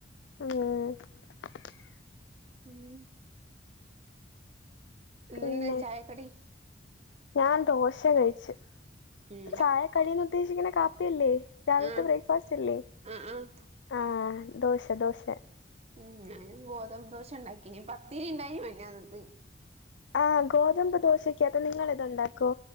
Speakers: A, on the left; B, on the right.
A: ഉം
B: ഉം ഇന്ന്
A: പിന്നെ
B: എന്തെ ചായക്കടി
A: ഞാൻ ദോശ കഴിച്ച്.
B: ഉം
A: ചായക്കടീന്ന് ഉദ്ദേശിക്ക്ണെ കാപ്പിയല്ലെ? രാവിൽത്തെ
B: ആഹ്
A: ബ്രേക്ക്ഫാസ്റ്റല്ലെ?
B: ആഹ് ആഹ്
A: ആഹ് ദോശ ദോശ.
B: ഉം ഞാന് ഗോതമ്പ് ദോശണ്ടാക്കീനി. പത്തിരിണ്ടായീനി മിഞ്ഞാന്നത്തെ.
A: ആഹ് ഗോതമ്പ് ദോശക്കകത്ത് നിങ്ങളിതുണ്ടാക്കൊ?